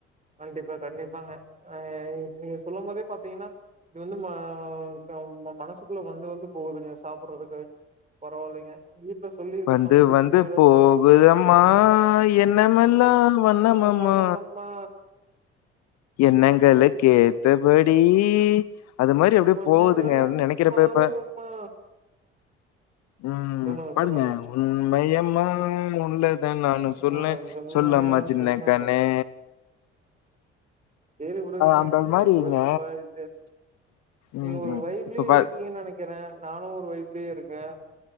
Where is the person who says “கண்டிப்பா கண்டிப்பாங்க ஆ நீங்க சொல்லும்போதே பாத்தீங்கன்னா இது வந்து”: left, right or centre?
Right